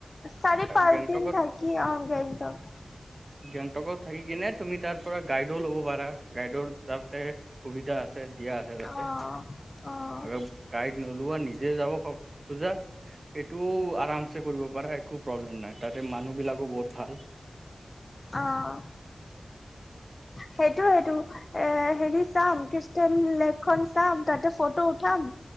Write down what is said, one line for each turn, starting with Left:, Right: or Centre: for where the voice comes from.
Left: চাৰে পাঁচ
Right: গেংটকত
Left: দিন থাকি অ গেঙটক
Right: গেঙটকট থাকি কিনে তুমি তাৰ পৰা গাইডও ল'ব পাৰা গাইডৰ তাতে সুবিধা আছে। সুবিধা আছে তাতে
Left: অ অ
Right: গাইড নোলোৱা নিজে জা খজা সটোও আৰাম চ কৰিব পাৰা একো প্ৰব্লেম নাই তাতে মানুহ বিলাকো বহুত। ভাল।
Left: অহ। সেইটো সেইটো এ হেৰি চাম ক্ৰষ্টান লেকখনন চাম তাতে ফটো উঠাম।